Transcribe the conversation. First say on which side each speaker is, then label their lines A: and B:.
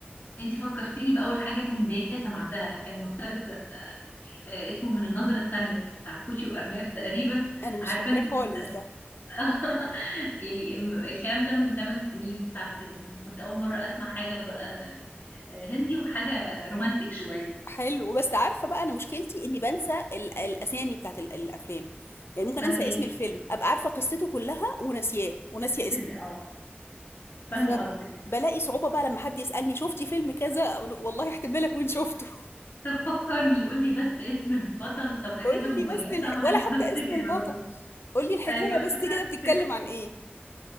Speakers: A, on the left (about 55°); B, on the left (about 80°).
A: انتي فكرتيني بأول حاجة هندية سمعتها كان مسلسل آه، اسمه من النظرة التانية بتاع كوتشي وأرناف تقريبا
B: انا مش
A: عارفة
B: فاكراه
A: انتي كنت-
B: خالص ده
A: <laughs> يعني م- الكلام ده من 8 سنين 9 سنين كنت أول مرة أسمع حاجة بقى آه، هندي وحاجة رومانتك شوية
B: حلو بس عارفه بقى انا مشكلتي اني بنسى ال- الاسامي بتاعت ال- الافلام يعني ممكن
A: فاهماك
B: انسى اسم الفيلم ابقى عارفه قصته كلها وناسياه وناسيه
A: بس
B: اسمه
A: ال- اه فاهمة
B: فبلاقي
A: قصدك
B: صعوبه بقى لما حد يسالني شفتي فيلم كذا اقول له والله احتمال اكون شفته
A: طب فكرني قولي بس اسم البطل
B: <laughs>
A: طب حاجة
B: قول
A: مميزة
B: لي بس الح...
A: وأنا
B: ولا حتى
A: <laughs> هفتكر
B: اسم البطل
A: على طول
B: قول لي الحكايه
A: أيوة
B: بس
A: أنا
B: كده بتتكلم
A: هفتكر
B: عن ايه